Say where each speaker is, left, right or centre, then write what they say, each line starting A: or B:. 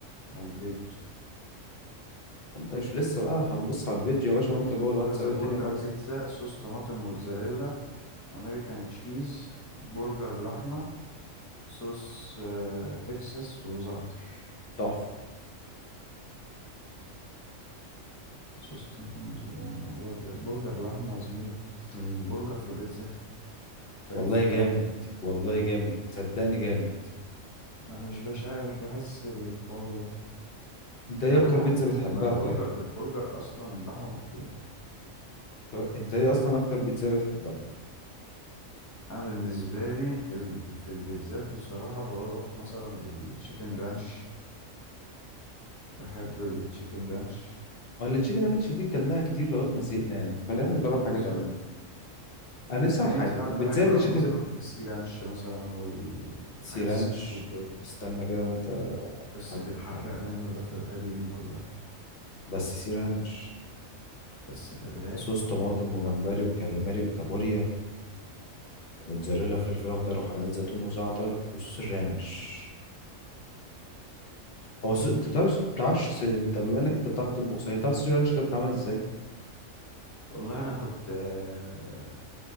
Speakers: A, on the left; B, on the left.
A: على البيج
B: انت مش لسه بقى هتبص على الفيديو يا باشا وانت جوه الواتساب
A: اللي هو ذا
B: الدنيا
A: برجر
B: خالص
A: بيتزا صوص طماطم موتزاريلا امريكان تشيز برجر لحمه صوص آه، تكساس وزعتر
B: تحفه
A: صوص طماطم موتزاريلا برجر برجر لحمه يا زميلي
B: امم
A: برجر في بيتزا انت ليك
B: والله
A: في الكلام
B: جامد
A: ده
B: والله جامد صدقني جامد
A: لا مش بشع مش بحس الحوار ده
B: انت ايه
A: ما
B: اكتر
A: لحمه
B: بيتزا
A: مفرومه
B: بتحبها
A: ما البرجر
B: طيب
A: البرجر اصلا لحمه مفرومه
B: طب انت ايه اصلا اكتر بيتزا بتحبها
A: انا بالنسبه لي ال- في البيتزات بصراحه بروح مثلا للتشيكن رانش بحب التشيكن رانش
B: ما اللي تشيكن رانش دي كلناها كتير لغايه ما زهقنا يعني فخلينا نجرب
A: بالظبط
B: حاجه تانية انا نفسي اعرف
A: يا اما
B: حاجه
A: ساعات
B: البيتزا
A: بحب
B: اللي
A: اروح
B: تشيكن
A: مثلا في السي رانش مثلا والحاجات
B: سي رانش
A: السي فود برضه.
B: استنى كده انت
A: بس
B: حد.
A: في الحراق منه ده في الغالي مولع
B: بس سي رانش
A: بس في الغالي
B: صوص طماطم وجمبري وكاليماري وكابوريا وموتزاريلا وفلفل اخضر وحلقات زيتون وزعتر والسي رانش هو الس- انت بتعرفش بتعرفش س- انت بما انك انت بتعرف تطبخ صحيح تعرف السي رانش ده بيتعمل ازاي
A: والله انا كنت آه،